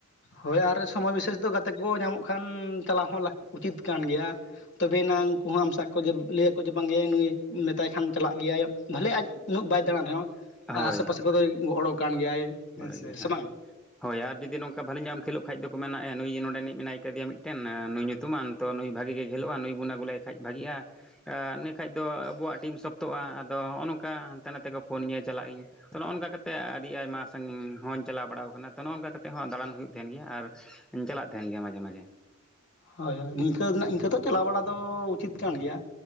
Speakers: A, on the left (about 60°); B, in the centre.
A: ᱦᱳᱭ ᱟᱨ ᱥᱚᱢᱚᱭ ᱵᱤᱥᱮᱥ ᱫᱚ ᱜᱟᱛᱮ ᱠᱚ ᱧᱟᱢᱚᱜ ᱠᱷᱟᱱ ᱪᱟᱞᱟᱣ ᱦᱚᱸ ᱞᱟᱠ ᱩᱪᱤᱛ ᱠᱟᱱ ᱜᱮᱭᱟ ᱛᱚᱵᱮ ᱭᱟᱱᱟᱝ ᱩᱱᱠᱩ ᱦᱚᱸ ᱟᱢ ᱥᱟᱵ ᱠᱚ ᱡᱮ ᱞᱟᱹᱭᱟᱠᱚ ᱡᱮ ᱵᱟᱝᱭᱟ ᱱᱩᱭ ᱢᱮᱛᱟᱭ ᱠᱷᱟᱱ ᱪᱟᱞᱟᱜ ᱜᱮᱭᱟᱭᱮ ᱵᱷᱟᱞᱮ ᱟᱡ ᱩᱱᱟᱹᱜ ᱵᱟᱭ ᱫᱟᱬᱟᱱ ᱨᱮᱦᱚᱸ
B: ᱦᱳᱭ
A: ᱟᱥᱮ ᱯᱟᱥᱮ ᱠᱚᱫᱚᱭ ᱜᱚᱲᱚ ᱠᱟᱱ ᱜᱮᱭᱟᱭ
B: ᱵᱟᱲᱟᱭ
A: ᱥᱮ
B: ᱜᱮᱭᱟ
A: ᱥᱮ
B: ᱦᱮᱸ
A: ᱵᱟᱝ
B: ᱦᱳᱭ ᱟᱨ ᱡᱩᱫᱤ ᱱᱚᱝᱠᱟ ᱵᱷᱟᱞᱤ ᱧᱚᱜ-ᱮᱢ ᱠᱷᱮᱞᱳᱜ ᱠᱷᱟᱡ ᱫᱚ ᱠᱚ ᱢᱮᱱᱟᱼᱟ ᱱᱩᱭ ᱱᱚᱰᱮᱱᱤᱡ ᱢᱮᱱᱟᱭ ᱠᱟᱫᱮᱭᱟ ᱢᱤᱫᱴᱮᱱ ᱱᱩᱭ ᱧᱩᱛᱩᱢᱟᱱ ᱛᱚ ᱱᱩᱭ ᱵᱷᱟᱜᱮ ᱜᱮ ᱠᱷᱮᱞᱚᱜᱼᱟ ᱱᱩᱭ ᱵᱚᱱ ᱟᱹᱜᱩ ᱞᱮᱭ ᱠᱷᱟᱡ ᱵᱷᱟᱹᱜᱤᱜᱼᱟ ᱤᱱᱟᱹ ᱠᱷᱟᱡ ᱫᱚ ᱟᱵᱚᱣᱟᱜ ᱴᱤᱢ ᱥᱚᱠᱛᱚᱜᱼᱟ ᱟᱫᱚ ᱦᱚᱸᱜᱼᱚ ᱱᱚᱝᱠᱟ ᱦᱟᱱᱛᱮ ᱱᱟᱛᱮ ᱠᱚ ᱯᱷᱳᱱᱤᱧᱟᱹ ᱪᱟᱞᱟᱜ ᱤᱧ ᱛᱚ ᱱᱚᱜᱼᱚᱱᱠᱟ ᱠᱟᱛᱮ ᱟᱹᱰᱤ ᱟᱭᱢᱟ ᱥᱟᱺᱜᱤᱧ ᱦᱚᱧ ᱪᱟᱞᱟᱣ ᱵᱟᱲᱟ ᱠᱟᱱᱟ ᱛᱚ ᱱᱚᱜ-ᱚᱝᱠᱟ ᱠᱟᱛᱮᱫ ᱦᱚᱸ ᱫᱟᱬᱟᱱ ᱦᱩᱭᱩᱜ ᱛᱟᱦᱮᱱ ᱜᱮᱭᱟ ᱟᱨ ᱤᱧ ᱪᱟᱞᱟᱜ ᱛᱟᱦᱮᱱ ᱜᱮᱭᱟ ᱢᱟᱡᱷᱮ ᱢᱟᱡᱷᱮ᱾
A: ᱦᱳᱭ ᱦᱳᱭ ᱱᱤᱝᱠᱟᱹ ᱤᱝᱠᱟᱹ ᱫᱚ ᱪᱟᱞᱟᱣ ᱵᱟᱲᱟ ᱫᱚ ᱩᱪᱤᱛ ᱠᱟᱱ ᱜᱮᱭᱟ